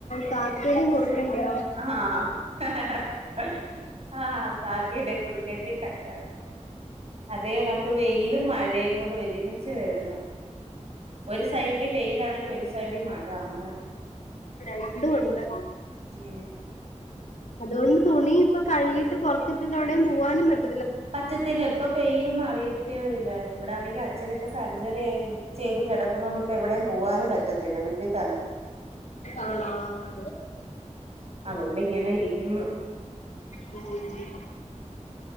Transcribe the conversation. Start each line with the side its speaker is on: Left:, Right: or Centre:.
Left: കാക്കേടേം കുർക്കന്റേം
Right: ആഹ് ആഹ് കാക്കേടേം കുർക്കന്റേം കല്യാണം അതെ അതെകണക്ക് വെയിലും മഴേ കൂടെ ഒരുമിച്ച് വെര്ന്നു ഒരു സൈഡി വെയിലാണെങ്കി ഒരു സൈഡി മഴ അങ്ങനെ
Left: രണ്ടു ഒണ്ട്
Right: ഉം
Left: അതോണ്ട് തുണിപ്പൊ കഴുകിട്ട് പൊറത്തിട്ടിട്ട് എവടേം പോവാനും പറ്റ
Right: പറ്റത്തില്ല എപ്പ പെയ്യൂന്ന് അറിയത്തില്ല ഇവിടാണെങ്കി അച്ഛനിപ്പം സർജറി കയ് ചെയ്ത് കെടക്കുന്നോണ്ട് ഇപ്പെവടേം പോവാനും പറ്റത്തില്ല വീട്ടിതന്നെ
Left: ആണോ ആഹ്
Right: അതോണ്ട്ങ്ങനെ ഇരിക്കിന്നു
Left: ആഹ്